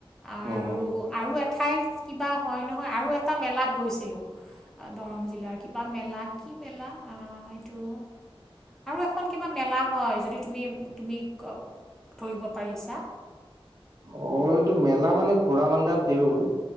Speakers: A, in the centre; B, on the right.
A: আৰু-আৰু
B: হুম
A: এঠাইত কিবা হয় নহয়, আৰু এটা মেলাত গৈছিলোঁ। দৰং জিলাৰ কিবা মেলা কি মেলা আহ এইটো আৰু এখন কিবা মেলা হয় যদি তুমি-তুমি ধৰিব পাৰিছা।
B: অ! এইটো মেলা মানে ঘোৰা বান্ধা দেউল